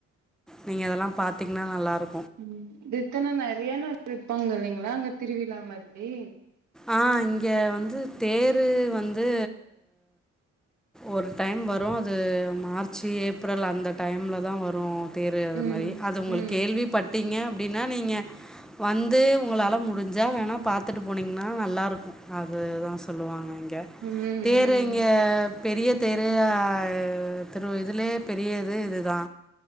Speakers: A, in the centre; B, on the right.
A: நீங்க இதெல்லாம் பாத்தீங்ன்னா நல்லா இருக்
B: ம் தித்தன நெறைய நாள் இருப்பாங்க இல்லைங்களா அங்க திருவிழா மாதிரி
A: ஆ இங்கே வந்து தேரு வந்து ஒரு டைம் வரோ அது மார்ச்சு ஏப்ரல் அந்த டைம்ல தா வரோ தேரு அது
B: ம்
A: மாரி அது உங்களுக்
B: ம்
A: கேள்விபட் டீங்க அப்டின் னா நீங்க வந்து உங்களால முடிஞ்சா வேணா பாத்துட்டு போனீங்க நல்லா இருக்கோ அதுதா சொல்லுவாங்க இங் க
B: ம்
A: தேரு
B: ம்
A: இங்க பெரிய தெரு அ திரு இதுலே பெரிய இது இது தா